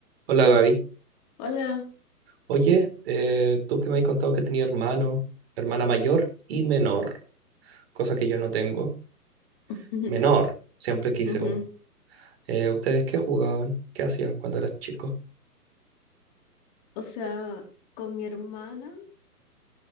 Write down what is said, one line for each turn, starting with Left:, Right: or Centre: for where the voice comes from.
Right: Hola Gaby.
Left: Hola.
Right: Oye, eh, tú que me has contado que tenía hermano, hermana mayor y menor, cosa que yo no tengo.
Left: <laughs>
Right: Menor, siempre quise
Left: Ujú.
Right: uno. Eh, ¿ustedes qué jugaban? ¿Qué hacían cuando eras chico?
Left: O sea, con mi hermana,